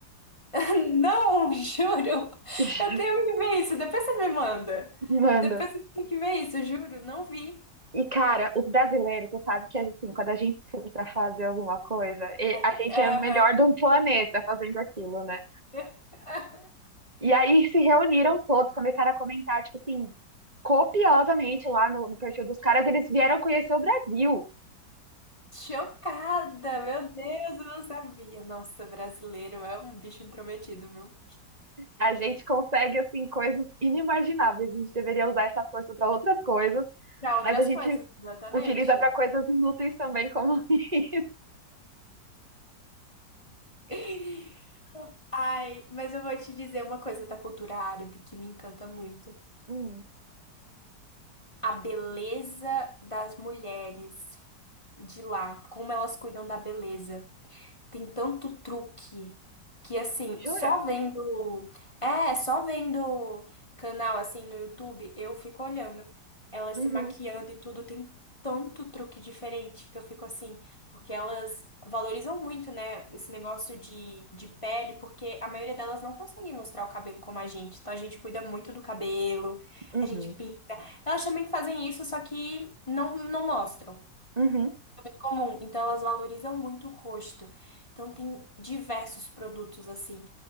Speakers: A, on the left; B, on the right.
A: <laughs> não, juro.
B: <laughs>
A: Eu tenho que ver isso. Depois você me manda.
B: Manda.
A: Depois você tem que ver isso, juro. Não vi.
B: E, cara, os brasileiros, você sabe que assim, quando a gente se une pra fazer alguma coisa, e-
A: A
B: a
A: gente,
B: gente
A: aham.
B: é o melhor do planeta fazendo aquilo, né?
A: <laughs>
B: E aí se reuniram todos, começaram a comentar, tipo assim, copiosamente lá no, no perfil dos caras, eles vieram conhecer o Brasil.
A: Chocada! Meu Deus, eu não sabia. Nossa, brasileiro é um bicho intrometido, viu?
B: A gente consegue, assim, coisas inimagináveis. A gente deveria usar essa força para outras coisas,
A: Pra outras
B: mas a gente
A: coisas, exatamente.
B: utiliza para coisas inúteis também, como <laughs> isso.
A: <laughs> Ai, mas eu vou te dizer uma coisa da cultura árabe que me encanta muito.
B: Hum,
A: A beleza das mulheres de lá, como elas cuidam da beleza. tem tanto truque que assim,
B: jura?
A: só vendo, é, só vendo canal assim no YouTube, eu fico olhando elas
B: Uhum,
A: se maquiando e tudo, tem tanto truque diferente que eu fico assim, porque elas valorizam muito, né, esse negócio de, de pele, porque a maioria delas não consegue mostrar o cabelo como a gente. Então a gente cuida muito do cabelo,
B: uhum,
A: a gente pinta. Elas também fazem isso, só que não não mostram
B: uhum.
A: comum, então elas valorizam muito o rosto. Então tem diversos produtos assim.